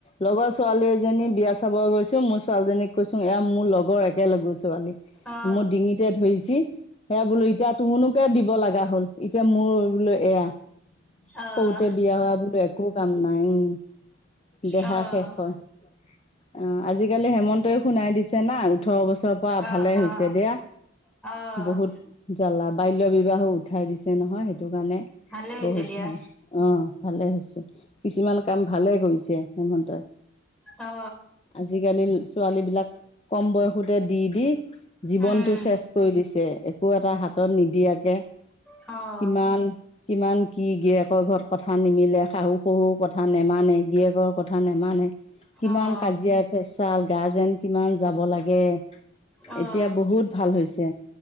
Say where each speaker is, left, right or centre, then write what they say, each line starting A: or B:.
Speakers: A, on the left; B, in the centre.
A: লগৰ ছোৱালী এজনী বিয়া চাব গৈছো মোৰ ছোৱালীজনীক কৈছো এ মোৰ লগৰ। এক লগৰ ছোৱালী
B: অ
A: মোৰ ডিঙিতে ধৰিছ সে বোলো এতিয়া তোৰনো- দিব লগা হ'ল এতিয়া মোৰ বোলো এয়া,
B: অ অ
A: সৰুতে বিয়া হোৱা বুলি। একো কাম নাই উম, দেহা
B: অ',
A: শেষ হয়। অ আজিকালি হেমন্তই শুনাই দিছে না ওঠৰ বছৰ- পৰা
B: অ',
A: ভালেই
B: অ',
A: হৈছে দিয়া,
B: অ',
A: বহুত- জ্বালা বাল্য বিবাহো উঠাই দিছে নহয়, সেইটো কাৰণে
B: ভালে হৈছে
A: বহুত
B: দিয়া।
A: ভাল। অ ভালে হৈছে, কিছুমান কাম ভালে কৰিছে হেমন্তয়ে।
B: অ।
A: আজিকালি ছোৱালীবিলাক কম বয়সতে, দি দি- জীৱনতটো
B: উম,
A: চেচ কৰি দিছে একো এটা হাতত নিদিয়াকে,
B: অ',
A: কিমান- কিমান কি গিয়েকৰ ঘৰত কথা নিমিলে শাহু শহুৰ কথা নেমানে গিয়েকৰ কথা নেমানে। কিমান
B: অ',
A: কাজিয়া পেচাল গাৰ্জেন কিমান যাব লাগে।
B: অ', অ',
A: এতিয়া বহুত ভাল হৈছে,